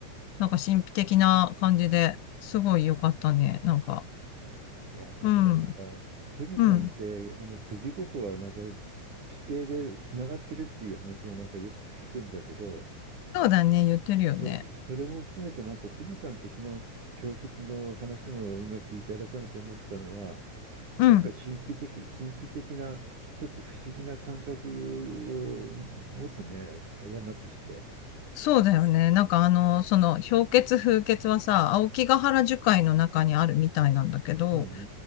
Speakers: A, on the left; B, on the right.
A: なんか神秘的な感じで、すごい良かったね。なんか、
B: いや、だからなんか、
A: うん、
B: 富士山って、
A: うん。
B: あの、富士五湖はなんか、規定でつながってるっていう話もなんかよく聞くんだけど、
A: そうだね、言ってるよね。
B: そ、それも含めてなんか富士山ってその氷結の話も今聞いて改めて思ったのは、
A: うん、
B: なんか神秘的、神秘的な、ちょっと不思議な感覚を持つね、山として。
A: そうだよね。なんかあの、その、氷結風結はさ、青木ヶ原樹海の中にあるみたいなんだけど、
B: うんうんうんう